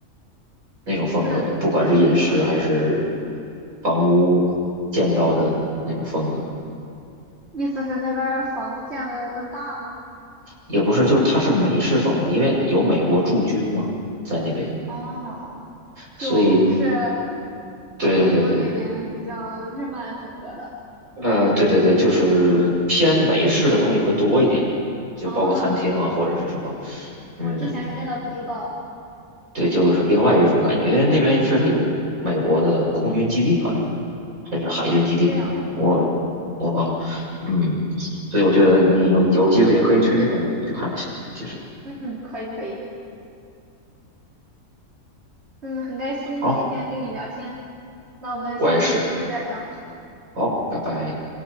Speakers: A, on the right; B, on the right.
A: 那种风格，
B: 是
A: 不管是饮食还是
B: 怎么？
A: 房屋建造的那种风格，
B: 意思是那边儿房子建的更大吗？
A: 也不是，就是它是美式风格，因为有美国驻军嘛在那边，
B: 哦，
A: 所以
B: 就不是
A: 对对对对，
B: 东京那边比较日漫风格的。
A: 呃，对对对，就是偏美式的东西会多一点，就包括餐厅啊或者是什么，
B: 啊，
A: 嗯，
B: 我之前还真的不知道。
A: 对，就是另外一种感觉，因为那边确实有美国的空军基地，好像是还是海军基地，
B: 哦，这样子。
A: 我我忘了，嗯，所以我觉得你有有机会也可以去那边去看一下。其实，
B: 嗯，可以可以。嗯，很开心今天跟你聊天，
A: 好，
B: 那我们下次有机会再聊，
A: 我也是，好，拜拜。